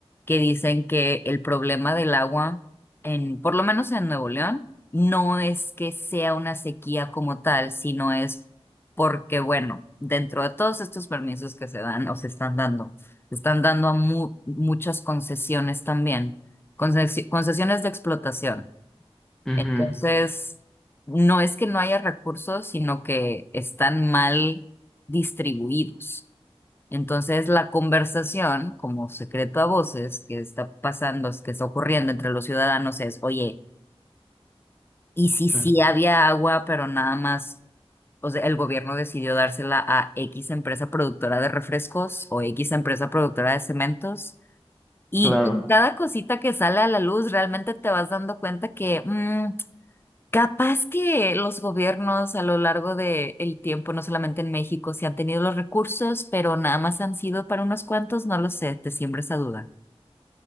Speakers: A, on the left; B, in the centre.
A: que dicen que el problema del agua, en, por lo menos en Nuevo León, no es que sea una sequía como tal, sino es porque, bueno, dentro de todos estos permisos que se dan o se están dando, se están dando a mu- muchas concesiones también, concesi- concesiones de explotación.
B: Ujú,
A: Entonces, no es que no haya recursos, sino que están mal distribuidos. Entonces, la conversación, como secreto a voces, que está pasando, que está ocurriendo entre los ciudadanos es, oye, ¿y si
B: ujú,
A: sí había agua, pero nada más, o sea, el gobierno decidió dársela a X empresa productora de refrescos o X empresa productora de cementos? Y
B: Claro.
A: con cada cosita que sale a la luz, realmente te vas dando cuenta que... mm, Capaz que los gobiernos a lo largo del tiempo, no solamente en México, se han tenido los recursos, pero nada más han sido para unos cuantos, no lo sé, te siembra esa duda.